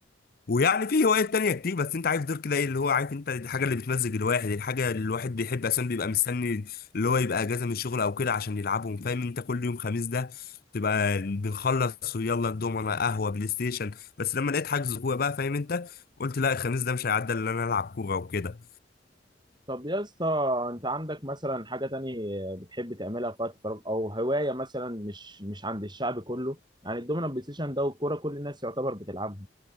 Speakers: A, on the left; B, on the right.
A: ويعني في هوايات تانية كتير بس انت عارف دول كده ايه اللي هو عارف انت الحاجة اللي بتمزج الواحد الحاجة اللي الواحد بيحب اصلا بيبقى مستني اللي هو يبقى اجازة من الشغل او كده عشان يلعبهم فاهم انت كل يوم خميس ده تبقى بنخلص ويلا الدومنة قهوة بلاي ستيشن بس لما لقيت حجز كورة بقى فاهم انت قلت لا الخميس ده مش هيعدي الا ان انا العب كورة وكده
B: طب يا اسطى انت عندك مثلا حاجة تانية بتحب تعملها في وقت فراغ او هواية مثلا مش مش عند الشعب كله يعني الدومينو بلاي ستيشن ده والكورة كل الناس يعتبر بتلعبها